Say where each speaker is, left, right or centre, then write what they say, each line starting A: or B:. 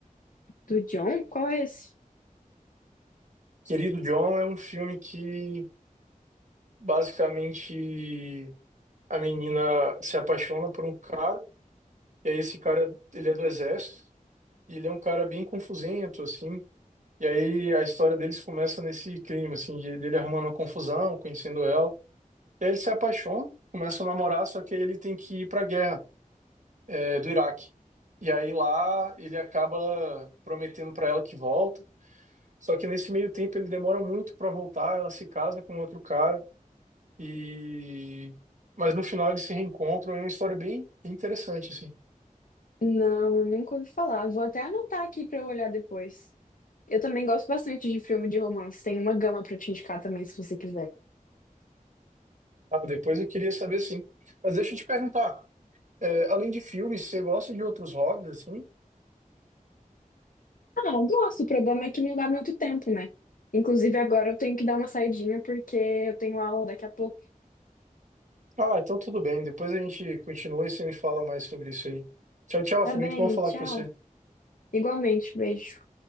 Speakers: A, on the left; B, on the right.
A: Do John? Qual é esse?
B: Querido John é um filme que basicamente a menina se apaixona por um cara, e aí esse cara, ele é do exército, e ele é um cara bem confusento, assim, e aí a história deles começa nesse clima, assim, de- dele arrumando uma confusão, conhecendo ela, E aí eles se apaixonam, começam a namorar, só que aí ele tem que ir para a guerra, é, do Iraque. E aí lá ele acaba prometendo para ela que volta, só que nesse meio tempo ele demora muito para voltar, ela se casa com outro cara e mas no final eles se reencontram, é uma história bem bem interessante assim.
A: Não, eu nunca ouvi falar. Vou até anotar aqui pra eu olhar depois. Eu também gosto bastante de filme de romance. Tem uma gama pra te indicar também, se você quiser.
B: Ah, depois eu queria saber sim. Mas deixa eu te perguntar, é, além de filmes, você gosta de outros hobbies assim?
A: Ah, eu gosto. O problema é que não dá muito tempo, né? Inclusive, agora eu tenho que dar uma saidinha porque eu tenho aula daqui a pouco.
B: Ah, então tudo bem. Depois a gente continua e você me fala mais sobre isso aí. Tchau, tchau.
A: Tá
B: Foi
A: bem,
B: muito bom falar
A: tchau.
B: com você.
A: Igualmente, beijo.